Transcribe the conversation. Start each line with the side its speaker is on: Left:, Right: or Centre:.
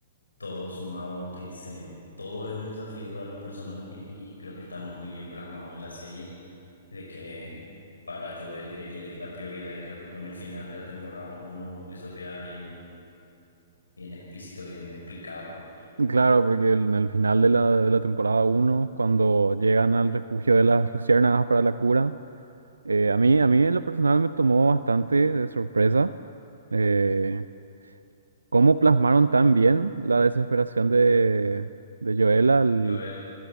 Left: todo sumado, te dicen, todo es un desafío para los personajes y creo que está muy bien plasmado en la serie de que para Joel Ellie es la prioridad y creo que con el final de la temporada uno eso queda bien, bien explícito, bien explicado. ¿verdad?
Right: Claro, porque el- en el final de la, de la temporada uno, cuando llegan al refugio de las luciérnagas para la cura, eh, a mí, a mí en lo personal me tomó bastante de sorpresa eh, cómo plasmaron tan bien la desesperación de, de Joel
Left: Joel.